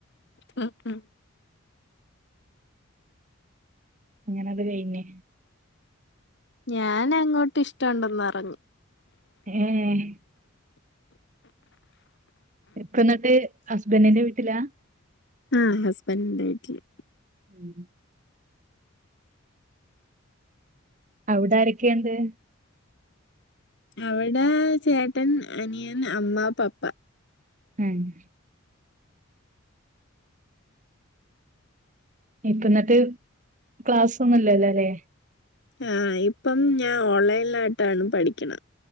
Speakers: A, on the left (about 55°); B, on the right (about 35°).
A: മ്. മ്.
B: അങ്ങനത് കയ്ഞ്.
A: ഞാനങ്ങോട്ടിഷ്ട്ടോണ്ടെന്ന് പറഞ്.
B: ഏഹ്..... ഇപ്പന്നിട്ട് ഹസ്ബന്റിന്റെ വീട്ടിലാ..?.
A: ആഹ്... ഹസ്ബന്റിന്റെ വീട്ടില്.
B: ഉം അവ്ടാരെക്കേണ്ട്?
A: അവിടേ... ചേട്ടൻ, അനിയൻ, അമ്മ, പപ്പ.
B: മ്മ് ഇപ്പന്നിട്ട് ക്ലാസൊന്നുല്ലല്ലലേ.?
A: ആഹ്... ഇപ്പം ഞാൻ ഓൺലൈലാട്ടാണ് പഠിക്കണ